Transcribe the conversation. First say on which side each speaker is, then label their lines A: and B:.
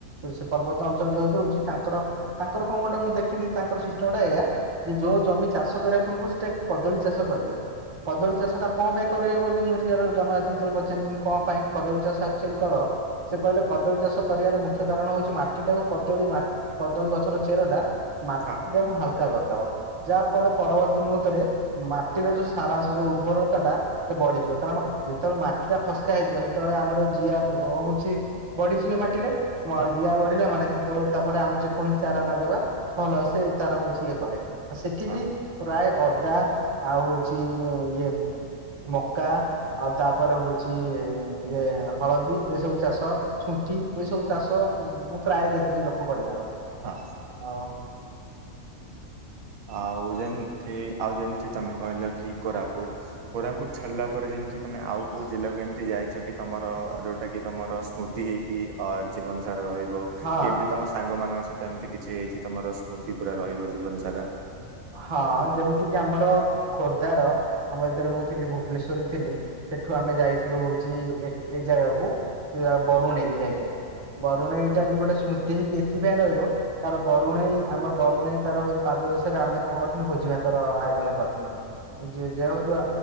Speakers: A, on the right; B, on the right.
A: ସେ ପର୍ବତ ଅଞ୍ଚଳ ଯେହେତୁ ହଉଛି ତାଙ୍କର ତାଙ୍କର କଣ ଗୋଟେ ମୁଁ ଦେଖିନି ତାଙ୍କର ସିଷ୍ଟମ ଟା ଏୟଆ ଯେ ଯୋଉ ଜମି ଚାଷ କରିବା ପୂର୍ବରୁ ସେଟା କଦଳୀ ଚାଷ କରିବେ। କଦଳୀ ଚାଷଟା କଣ ପାଇଁ କରିବ ବୋଲି ମୁଁ ଏଠିାକାର ଜନଜତିତ ପଚାରି ବୋଲି କଣ ପାଇଁ କଦଳୀ ଚାଷ ଆକ୍ଚୁଆଲି କର? ସେ କହିଲେ କଦଳୀ ଚାଷ କରିଆର ମୁଖ୍ୟ କାରଣ ହଉଛି ମାଟିଟାଉ କଦଳୀ ମାଟି କଦଳୀ ଗଛର ଚେରଟା ମାଟି
B: ହଁ
A: ଟାକୁ ହାଲୁକା କରିଦବ, ଯାହା ଫଳ ପରବର୍ତ୍ତୀ ମୁହୂର୍ତ୍ତରେ ମାଟିର ଯୋଉ ସାରାଅଂଶ ଯୋଉ ଉର୍ବରତା ଟା ସେ ବଢିଯିବ କାରଣ ଯେତେବେଳେ ମାଟି ଟା ଫସ୍କା ହେଇଯିବ ସେତେବେଳେ ଆମର ଜିଆ ଅ ହଉଛି ବଢିଯିବେ ମାଟିରେ ମ୍
B: ହଁ
A: ଯିଆ ବଢିଲା ମାନେ ସେତେବେଳ ତାପରେ ଆମେ ଯେକୌଣସି ଚାରା ନଗେଇବା ଭଲ ସେ ତାର ହଉଛି ଇଏ କରେ ଆଉ ସେଠି
B: ହଁ
A: ବି ପ୍ରାୟ ଅଦା ଆଉ ହଉଛି ଇଏ ମକା ଆଉ ତାପରେ ହଉଛି ଇଏ ହଳଦୀ ଏ ସବୁ ଚାଷ ଶୁଣ୍ଠି ଏଇ ସବୁ ଚାଷ ମୁଁ ପ୍ରାୟ ଦେଖିଛି ଲୋକ କରିଆର।
B: ହଁ।
A: ହଁ।
B: ଆଉ ଯେମିତି ଆଉ ଯେମିତି ତମେ କହିଲ କି କୋରାପୁଟ, କୋରାପୁଟ ଛାଡିଲା ଉପରେ ଯେମିତି ତମେ ଆଉ କୋଉ ଜିଲ୍ଲାକୁ ଏମିତି ଯାଇଛ କି, ତମର ଯୋଉଟା କି ତମର ସ୍ମୃତି ହେଇକି ଅ ଜୀବନ ସାରା ରହି ବ
A: ହଁ।
B: ଏମିତି ତମ ସାଙ୍ଗ ମାନଙ୍କ ସହିତ ଏମିତି କିଛି ହେଇଛି ତମର ସ୍ମୃତି ପୁରା ରହିବ ଜୀବନ ସାରା।
A: ହଁ ଯେମିତି କିି ଆମର, ଖୋର୍ଦ୍ଧାର ଆମ ଏଥିରେ ମୁଁ ଥିଲି ଭୁବନେଶ୍ଵରରେ ଥିଲି ସେଠୁ ଆମେ ଯାଇଥିଲୁ ହଉଛି ଏ ଏ ଜାଗାକୁ ବରୁଣେଇକ ଯାଇଥଥିଲୁ, ବରୁଣେଇ ଟା ବି ଗୋଟେ ସ୍ମୃତି ହେଇକି ଏଥିପାଇଁ ରହିବ ତାର ବରୁଣେଇ ଆମ ବରୁଣେଇ ତାର ହଉଛି ପାଦ ଦେଶରେ ଆମେ କଣ କରିଥିଲୁ ଭୋଜି ଭାତର ଆୟୋଜନ କରିଥିଲୁ ହଁ